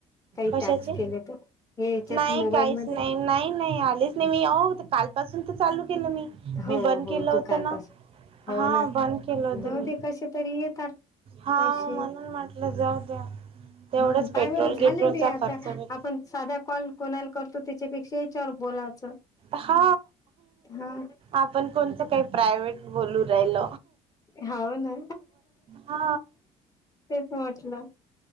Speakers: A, on the left; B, on the right.
A: काही
B: कशाचे
A: टास्क केले तर हे याच्यात
B: नाही
A: मोबाईलमध्ये
B: काहीच नाही नाही, नाही आलीच नाही मी आऊ काल पासून तर चालू केलं मी
A: हो
B: मी बंद
A: हो
B: केलं होतं
A: तू कालपासून
B: ना
A: हो
B: हा
A: ना
B: बंद केलं होत
A: जाऊ
B: मी
A: दे कसे तरी येतात
B: हा
A: पैसे
B: म्हणून म्हटलं जाऊ द्या तेवढंच
A: हो
B: पेट्रोल
A: पाय बरं झाले
B: गिट्रोलचा
A: बी आता
B: खर्च
A: पण साधा कॉल कोणाला करतो त्याच्यापेक्षा चवर बोलायचं
B: हा
A: हा
B: आपण कोणचं काही प्रायव्हेट बोलू राहिल
A: हव ना
B: हा
A: तेच म्हटलं